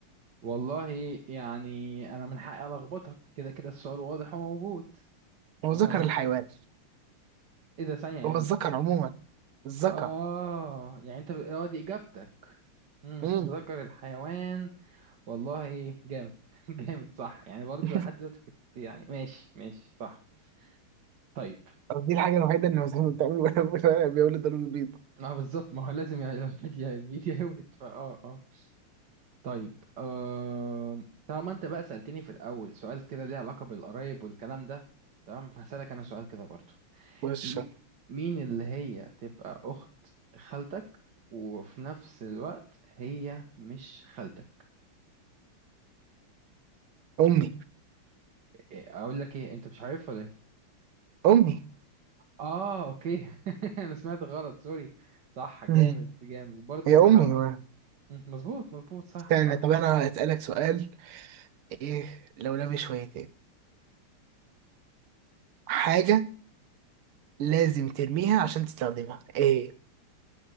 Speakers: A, on the right; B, on the right.
A: والله يعني انا من حقي الخبطك كده كده السؤال واضح وموجود
B: هو
A: وانا
B: ذكر
A: ماليش
B: الحيوان
A: ايه ده ثانية يعني
B: هو الذكر عموما الذكر
A: اه يعني انت ب- اه دي اجابتك امم
B: امم
A: ذكر الحيوان والله جامد <laughs> جامد صح يعني برضو
B: <laughs>
A: لحد دلوقتي كنت يعني ماشي ماشي صح طيب
B: دي الحاجة الوحيدة اللي ما بتعمل ولا ولا بيولد ولا بيبيض
A: ما هو بالظبط ما هو لازم يعني الواحد يا- بيتي <laughs> يولد فاه اه آه. طيب أه... طالما انت بقى سألتني في الأول سؤال كده ليه علاقة بالقرايب والكلام ده تمام فهسألك أنا سؤال كده برضو
B: وش
A: م... مين اللي هي تبقى أخت خالتك وفي نفس الوقت هي مش خالتك
B: أمي
A: إيه، أقول لك إيه أنت مش عارفها ولا إيه؟
B: أمي
A: آه أوكي <laughs> أنا سمعت غلط سوري صح جامد
B: مم.
A: جامد برضو
B: هي أمي
A: بحاول
B: ما.
A: أ- مم، مظبوط مظبوط صح
B: استنى
A: صح
B: طب أنا هسألك سؤال إيه لولبي شويتين حاجة لازم ترميها عشان تستخدمها إيه